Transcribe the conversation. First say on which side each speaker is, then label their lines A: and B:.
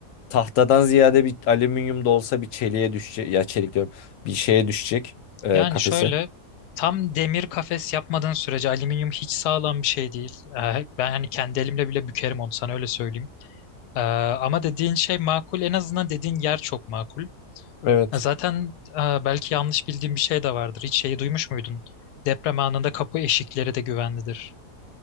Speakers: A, on the left; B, on the left.
A: tahtadan ziyade bir alüminyum da olsa bir çeliğe düşecek. Ya çelik diyorum. Bir şeye düşecek e,
B: Yani
A: kafese.
B: şöyle tam demir kafes yapmadığın sürece alüminyum hiç sağlam bir şey değil. Ee, ben hani kendi elimle bile bükerim onu sana öyle söyleyeyim. Ee, ama dediğin şey makul en azından dediğin yer çok makul.
A: Evet.
B: Ee, zaten e, belki yanlış bildiğim bir şey de vardır. Hiç şeyi duymuş muydun? Deprem anında kapı eşikleri de güvenlidir.